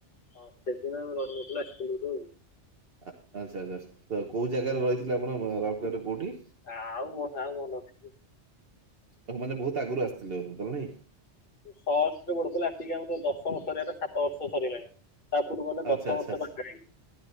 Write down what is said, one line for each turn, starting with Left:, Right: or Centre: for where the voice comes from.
Left: ହଁ ସେଦିନ ଆମେ ରହିନଥିଲୁ ଆସିଥିଲୁ ହେଠୁ।
Right: ଆ ଆଚ୍ଛା ଆଚ୍ଛା ତ କୋଉ ଜାଗାରେ ରହିଥିଲେ ଆପଣ ରାଉରକେଲାରେ କୋଉଠି?
Left: ଆଉ ମନ ଆଉ ମନ ନାହିଁ।
Right: ଆଉ ମାନେ ବହୁତ ଆଗରୁ ଆସିଥିଲେ ବୋଧେ ତାହାଲେ ନାଇଁ?
Left: ହଁ ଆ ଷଷ୍ଟରେ ବଢୁଥିଲା ଆସିକି ଆମର ଦଶମ ସରିବା ଟା ସାତ ବର୍ଷ ସରିଲାଣି ତା ପୂର୍ ମାନେ
Right: ଆଚ୍ଛା
Left: ଦଶ
Right: ଆଚ୍ଛା
Left: ବର୍ଷ
Right: ଆଚ୍ଛା
Left: ପାଖା ପାଖି